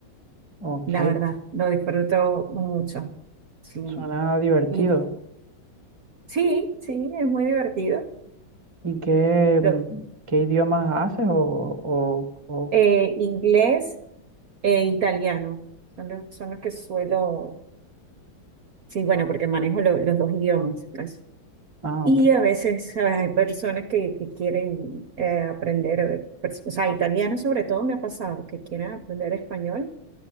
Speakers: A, on the right; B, on the right.
A: ok,
B: la verdad, lo disfruto mucho. Sí.
A: suena divertido.
B: ¿Y Sí, sí, es muy divertido.
A: ¿Y qué,
B: Lo-
A: mm, qué idiomas haces? O, o, o-
B: eh, inglés e italiano son los, son los que suelo, sí, bueno, porque manejo lo- los dos idiomas, pues.
A: ah,
B: Y
A: ok,
B: a veces ¿sabes? hay personas que, que quieren eh, aprender, pers- o sea, italiano sobre todo me ha pasado, que quieren aprender español,